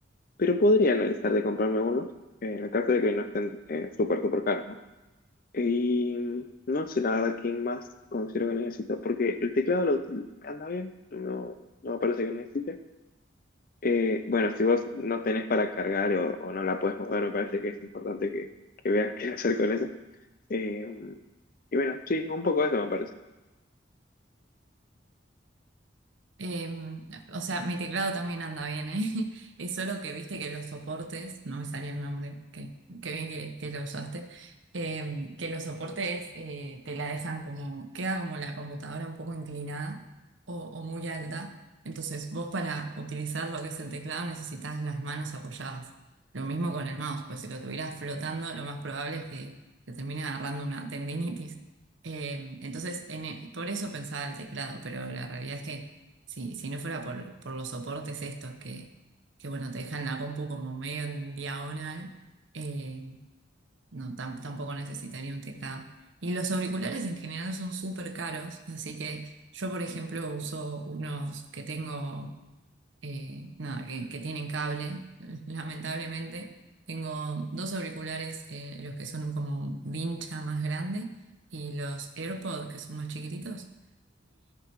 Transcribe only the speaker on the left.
Pero podría analizar de comprarme unos, eh, en el caso de que no estén eh, súper, súper caros, ¿no? Y no sé la verdad qué más considero que necesito, porque el teclado lo, anda bien, no, no me parece que necesite. Eh, bueno, si vos no tenés para cargar o, o no la puedes mover, me parece que es importante que, que veas <laughs> qué hacer con eso. Eh, y bueno, sí, un poco eso me parece.